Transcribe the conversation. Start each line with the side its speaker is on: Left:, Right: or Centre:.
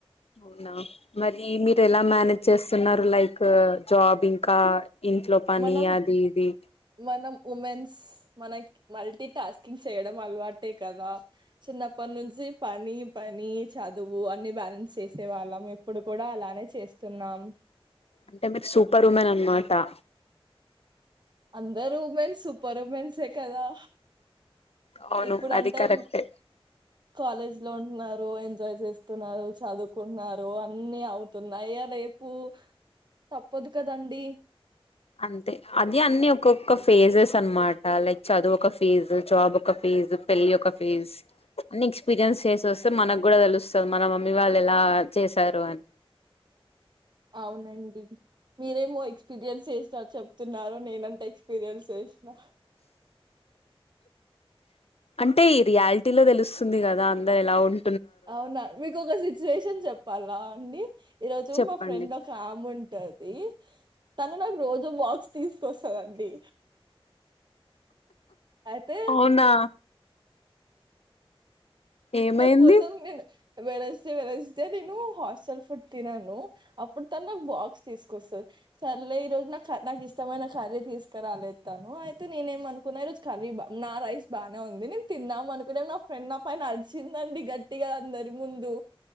Left: అవునా మరి మీరు ఎలా మేనేజ్ చేస్తున్నారు లైక్. జాబ్ ఇంకా. ఇంట్లో పని
Right: మనం
Left: అది
Right: ఉ,
Left: ఇది
Right: మనం ఉమెన్స్. మన మల్టీ టాస్కింగ్ చేయడం అలవాటే కదా చిన్నప్పటి నుంచి పని పని చదువు అన్ని బ్యాలెన్స్ చేసే వాళ్ళం ఇప్పుడు కూడా అలానే చేస్తున్నాం
Left: అంటే మీరు సూపర్ ఉమెన్ అనమా ట
Right: అందరు ఉమెన్స్ సూపర్ ఉమెన్సే కదా
Left: అవును
Right: ఇప్పుడంటే
Left: అది కరెక్టే
Right: కాలేజ్ లో ఉంటున్నారు ఎంజాయ్ చేస్తున్నారు చదువుకుంటున్నారు అన్ని అవుతున్నాయ్యా రేపు తప్పదు కదండి
Left: అంతే అది అన్ని ఒక్కొక్క ఫేజెస్ అనమాట లైక్ చదువు ఒక ఫేజ్ జాబ్ ఒక ఫేజ్ పెళ్లి ఒక ఫేజ్ అన్ని ఎక్స్పీరియన్స్ చేసి వస్తే మనకు కూడా తెలుస్తుంది మన మమ్మీ వాళ్ళు ఎలా చేసారు అని
Right: అవునండి మీరేమో ఎక్స్పీరియన్స్ చేసినా చెప్తున్నారు నేనంతే ఎక్స్పీరియన్స్ చేసినా
Left: అంటే ఈ రియాలిటీలో తెలుస్తుంది కదా అందరు ఎలా ఉన్
Right: అవునా మీకు ఒక సి శేషం చెప్పాలా అండి ఈరోజు
Left: చెప్పండి
Right: మా ఫ్రెండ్ ఒక ఆమున్. <unintelligible> ది తను నా. <unintelligible> రోజు బాక్స్ తీస్. పొసదండి ఐతే
Left: అవునా ఏమైంది
Right: నా కోసం నేను వెడ్నెస్డే వెడ్నెస్డే నేను హాస్టల్ ఫుడ్ తినను అప్పుడు తను నాకు బాక్స్ తీసుకొస్తది సరేలే ఈ రోజు నా నాకు ఇష్టమైన కర్రీ తీసుకు రాలేదు తాను అయితే నేనే ఏమ అనుకున్నా ఈ రోజు కర్రీ నా రైస్ బానే ఉంది నేను తిందాం అనుకునేలోపే నా ఫ్రెండ్ నా పై నడిచిందండి గట్టిగా అందరి ముందు